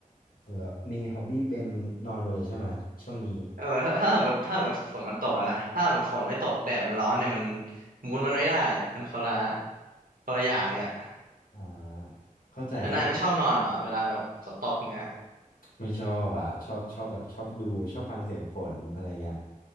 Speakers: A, on the left; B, on the right.
A: แล้วมีฮ็อบบี้เป็นนอนไปเลยใช่ไหมช่วงนี้
B: เออถ้าถ้าสมมติถ้าสมมติฝนมันตกอะนะถ้าสมมติฝนไม่ตกแดดมันร้อนเนี่ยมันมูดมันไม่ได้อะมันคนละคนละอย่างเลยอะ
A: อ่าเข้าใจเข้าใจ
B: แล้วนายไม่ชอบนอนเหรอเวลาแบบฝนตกอย่างเงี้ย
A: ไม่ชอบอ่ะชอบชอบแบบชอบดูชอบฟังเสียงฝนอะไรเงี้ย